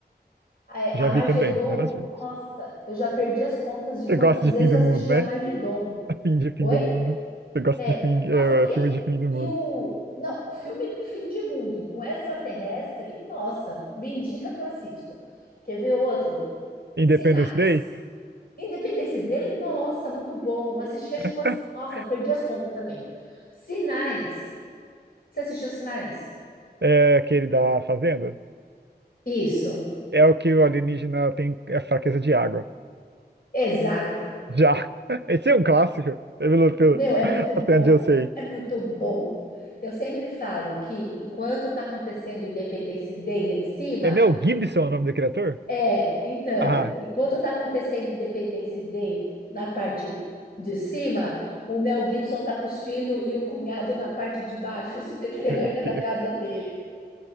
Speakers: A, on the left (about 60°); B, on the right (about 85°).
A: A,
B: Já
A: a Armagedon,
B: vi também, várias vezes.
A: nossa, eu já perdi as contas de
B: Você
A: quantas
B: gosta de
A: vezes
B: fim do
A: eu assisti
B: mundo, né?
A: a Armagedon.
B: <laughs> Fim de fim
A: Oi?
B: do mundo. Você gosta
A: É,
B: de fim,
A: nossa,
B: é,
A: e,
B: filme de fim do
A: e
B: mundo.
A: o. Não, filme Fim de Mundo com extraterrestre, nossa, me indica que eu assisto. Quer ver outro?
B: Independence
A: Sinais.
B: Day,
A: Independência Day? Nossa, muito bom. Assisti, acho
B: <laughs>
A: que umas. Nossa, perdi as contas também. Sinais. Você assistiu Sinais?
B: é aquele da fazenda,
A: Isso,
B: é o que o alienígena tem é fraqueza de água.
A: exato.
B: Já. <laughs> Esse é um clássico, pelo, pelo,
A: Meu, é muito bom.
B: até onde eu sei.
A: É muito bom. Eu sempre falo que enquanto está acontecendo Independência Day lá em cima,
B: É Mel Gibson o nome do criador?
A: é, então,
B: Ah,
A: enquanto está acontecendo Independência Day na parte de cima, o Mel Gibson tá com os filhos e o cunhado na parte de baixo, <laughs> subterrânea
B: meu
A: da
B: Deus.
A: casa dele,